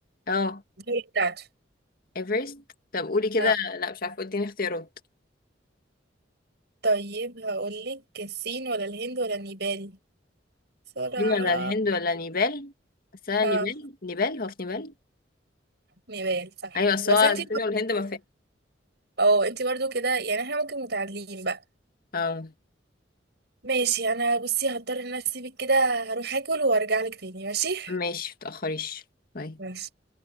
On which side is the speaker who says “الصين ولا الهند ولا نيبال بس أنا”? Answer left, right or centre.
Left